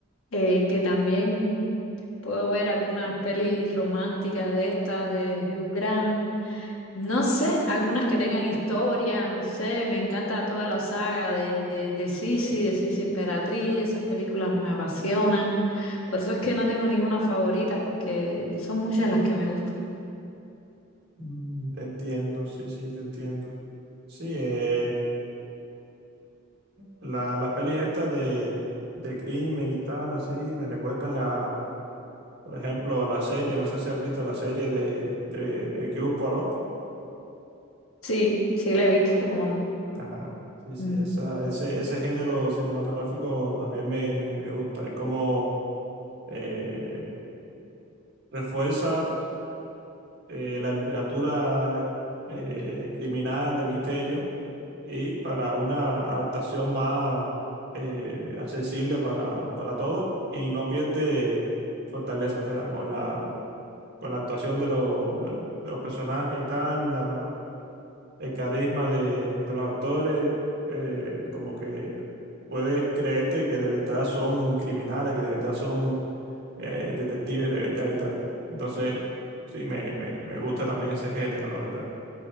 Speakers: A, on the left; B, on the right.
A: eh, que también puedo ver algunas pelis románticas de estas de Hugh Grant, no sé, algunas que tengan historia, no sé, me encanta toda la saga de, de, de Sisi, de Sisi Emperatriz, esas películas me apasionan, por eso es que no tengo ninguna favorita porque son muchas las que me gustan.
B: mm, te entiendo, sí, sí, te entiendo. Sí, eh, la- las pelis estas de, de crimen y tal, así, me recuerdan a, por ejemplo, la serie, no sé si has visto la serie de, de El Cubo Poirot.
A: Sí, sí la he visto, cómo no.
B: Ah, sí, sí,
A: Mm,
B: esa, ese, ese género cinematográfico también me, me gusta. Es como eh, refuerza. eh, la literatura eh, criminal, de misterio, y para una adaptación más eh, accesible para, para todos y no pierde fortaleza, o sea, con la, con la actuación de, los de la- de los personajes y tal, la, el carisma de, de los actores, eh, como que puedes creerte que de verdad son criminales, que de verdad son eh, detectives, de verdad y tal. Entonces, sí, me, me, me gusta también ese género, la verdad.